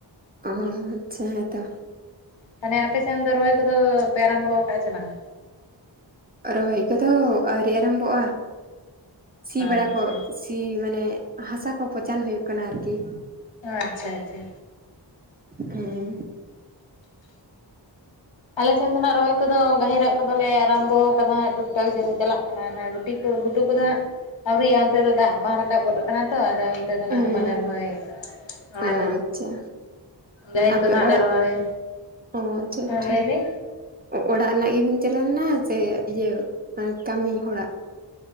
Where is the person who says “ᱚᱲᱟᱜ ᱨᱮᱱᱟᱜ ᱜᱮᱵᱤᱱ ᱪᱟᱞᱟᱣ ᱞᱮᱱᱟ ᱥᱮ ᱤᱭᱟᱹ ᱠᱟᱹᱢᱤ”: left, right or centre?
Right